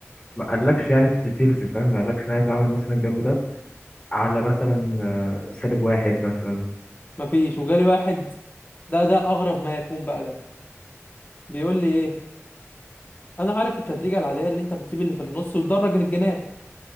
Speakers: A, on the left; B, on the left.
A: ما قالكش يعني ديتيلز فاهم ما قالكش انا عايز اعمل مثلا الجنب ده على مثلا آه، سالب واحد مثلا
B: ما فيش وجالي واحد ده ده اغرب ما يكون بقى ده بيقول لي ايه انا عارف التدريجه العاديه اللي انت بتسيب اللي في النص وتدرج الجناب